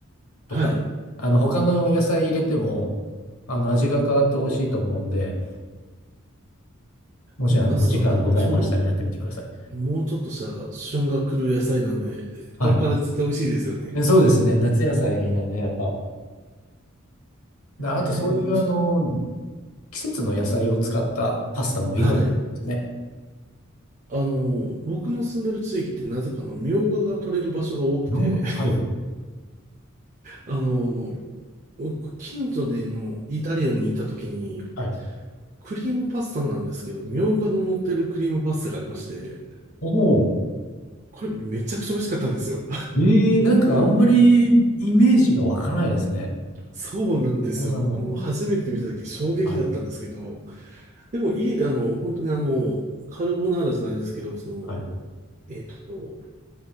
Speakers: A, on the left (about 70°); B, on the right (about 35°).
A: とか、
B: はい。
A: あの、他の野菜入れても、あの、味が変わって美味しいと思うんで、もし、
B: でもナスだったらちょうど、
A: あの、お時間ございましたらやってみてください。
B: もうちょっとしたら旬が来る野菜なんで、
A: はい。
B: これから絶対美味しいですよね。
A: でそうですね、夏野菜なんで、やっぱ。なあと、
B: えー、
A: そういう、
B: ちょっ
A: あの、季節の野菜を使ったパスタもいいかもですね。
B: と、はい。あの、僕の住んでる地域ってなぜかの、みょうがが取れる場所が多くて、
A: ヨーロッパはい。
B: <laughs> あの、僕、近所でのイタリアンにいた時に、
A: はい。
B: クリームパスタなんですけど、みょうがの乗ってるクリームパスタがありまして、
A: おお。
B: これめちゃくちゃ美味しかったんですよ。
A: ええなんかあんまりイメージが湧かないですね。
B: <laughs> そうなんですよ。
A: 動画の、
B: 僕も初めて見た時衝撃だったんですけど、
A: はい、
B: でも家であの、本当にあの、カルボナーラじゃないですけど、その、
A: はい、
B: えっと、